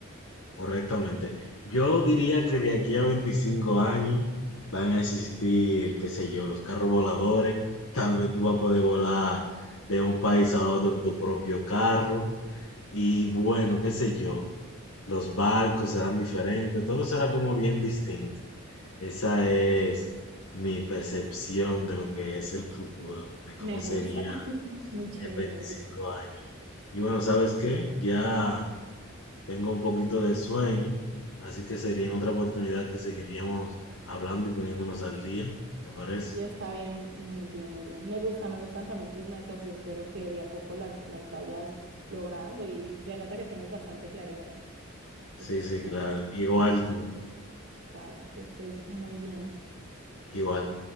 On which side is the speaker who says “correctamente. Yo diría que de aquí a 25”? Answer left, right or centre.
Left